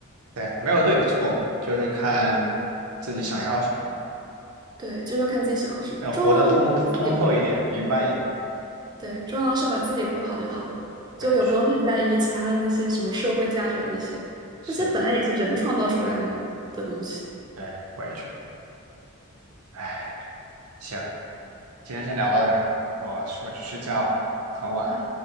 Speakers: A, on the right; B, on the right.
A: 对，没有对与错嘛，就是看自己想要什么，
B: 对，就是要看自己想要什么，
A: 要活得通通透一点，
B: 重要的是把自己活的，
A: 明白一点。
B: 对，重要的是把自己活好就好了，就也不用太在意其他的那些什么社会价值啊那些，
A: 对，是是的，
B: 那些本来也是人创造出来的东西。
A: 对，我也觉得。哎，行，今天先聊到这儿吧，我我去睡觉了，很晚了。
B: 好，